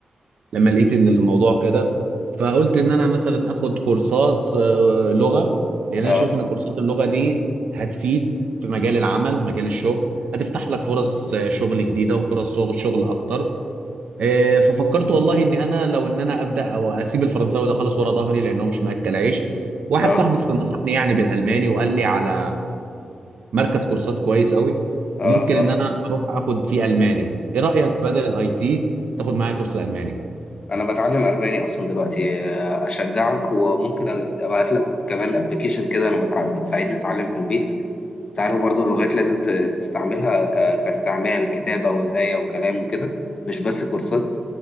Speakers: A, on the right; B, on the left.
A: لما لقيت ان الموضوع كده فقلت ان انا مثلا اخد كورسات آه، لغه لان انا
B: اه
A: شايف ان كورسات اللغه دي هتفيد في مجال العمل مجال الشغل هتفتح لك فرص آه، شغل جديده وفرص شغل شغل اكتر آه، ففكرت والله ان انا لو ان انا ابدا او اسيب الفرنساوي ده خالص ورا ظهري لانه مش مأكل عيش واحد
B: اه
A: صاحبي نصحني يعني بالالماني وقال لي على مركز كورسات كويس قوي
B: اه
A: ممكن
B: اه
A: ان انا اروح اخد فيه الماني ايه رايك بدل الاي تي تاخد معايا كورس الماني
B: انا بتعلم الماني اصلا دلوقتي آه، اشجعك وممكن ابعت لك كمان ابلكيشن كده انا بتع... بتساعدني اتعلم في البيت تعرف برضو اللغات لازم ت- تستعملها ك... كاستعمال كتابة وقراية وكلام وكده مش بس كورسات